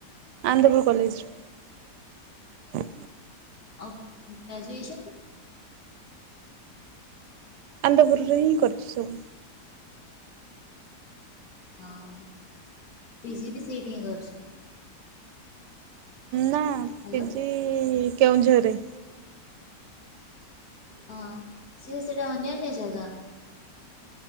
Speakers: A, on the right; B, on the left.
A: ଆନ୍ଦପୁର କଲେଜରେ।
B: ଆଉ ଗ୍ରାଜୁଏସନ୍?
A: ଆନ୍ଦପରୁରେ ହିଁ କରିଚି ସବୁ।
B: ହଁ ହଁ ପିଜି ବି ସେଇଠି ହିଁ କରିଚି।
A: ନା
B: ହ୍ୟାଲୋ
A: ପିଜି କେଉଁଝରରେ
B: ହଁ ସିଏ ସେଟା ଅନ୍ୟାନ୍ୟ ଜାଗା।